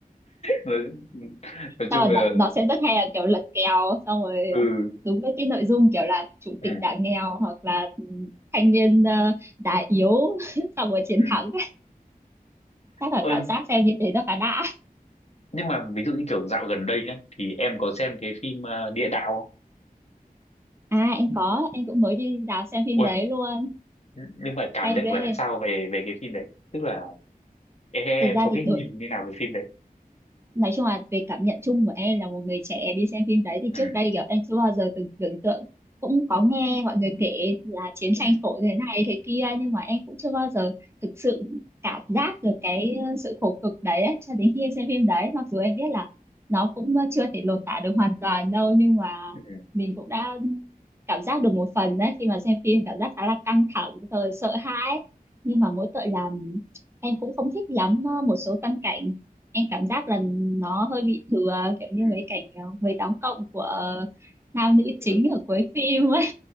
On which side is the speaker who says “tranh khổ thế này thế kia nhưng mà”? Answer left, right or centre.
Right